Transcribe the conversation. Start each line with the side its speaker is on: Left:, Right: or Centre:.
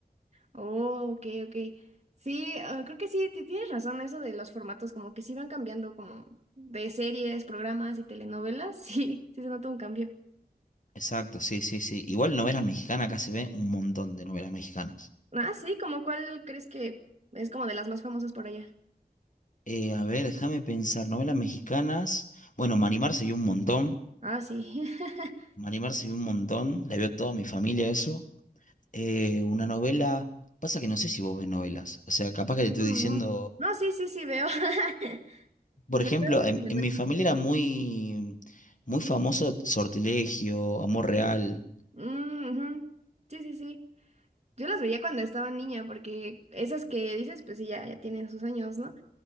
Right: Oh, ok, ok. Sí, ah, creo que sí, ti- tienes razón, eso de los formatos, como que sí van cambiando, como de series, programas y telenovelas, <laughs> sí, sí se nota un cambio.
Left: Exacto, sí, sí, sí. Igual novelas mexicanas, acá se ven un montón de novelas mexicanas.
Right: Ah, sí, ¿como cuál crees que es como de las más famosas por allá?
Left: Eh, a ver, déjame pensar, novelas mexicanas. Bueno, Manimar se vio un montón.
Right: Ah, sí. <laughs>
Left: Manimar se vio un montón. La vio toda mi familia eso. Eh, una novela. Pasa que no sé si vos ves novelas. O sea, capaz que
Right: No,
Left: te estoy diciendo.
Right: no. No, sí, sí, sí, veo. <laughs>
Left: Por
Right: La-
Left: ejemplo,
Right: veo
Left: en,
Right: en la
Left: en mi
Right: noche.
Left: familia era muy, muy famoso Sortilegio, Amor Real.
Right: Mm, ujú. Sí, sí, sí. Yo las veía cuando estaba niña, porque esas que dices, pues sí, ya, ya tienen sus años, ¿no?